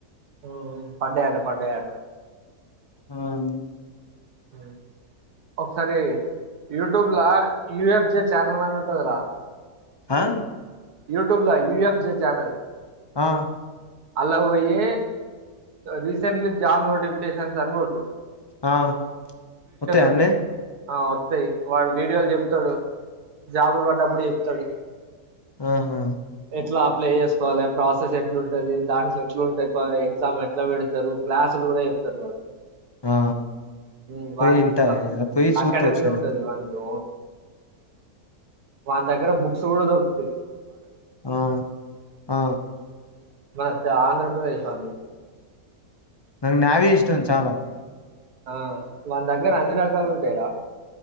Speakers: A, on the right; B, on the left.
A: ఓహో పడయట పడయట.
B: నవున్
A: హావును ఒకసారి యూట్యూబ్లా యు ఎఫ్ జె చానెల్ అనుటాదిరా.
B: హా
A: యూట్యూబ్ యూఎఫ్ జే చానల్.
B: ఆ
A: అలాక్ ఓయి రీసెంట్లీ జాబ్ నోటిఫికేషన్స్ అని గోటు
B: ఆ వొతాయా
A: ఉంటాయి
B: ఏనే
A: ఆ వత్తాయ్ వాడు వీడియోలు జేప్తాడు, జాబులు పడ్డప్పుడు ఏప్తాడు.
B: తహా
A: ఎట్లా అప్లై ఏసుకోవాలే, ప్రాసెస్ ఎట్లుంటది. దాంట్లో ఎట్లుంటే ఎక్కువ ఎగ్జామ్ ఎట్లా వేడుతారు క్లాసుల్ తుడా ఎప్తాడు వాడు
B: ఆ
A: <unintelligible>
B: పోయి ఇంట పోయి చూస్తా
A: అకాడమి
B: ఒకసారి
A: ఉంటది వానితో వాని దగ్గర బుక్స్ కూడా దొరుకుతయి
B: ఆ ఆ
A: మాత ఆంధ్రప్రదేశ్ అండి
B: నాకు నావీ ఇష్టం చాలా
A: ఆ వాళ్ల దగ్గర అన్ని రకాలు ఉంటాయిరా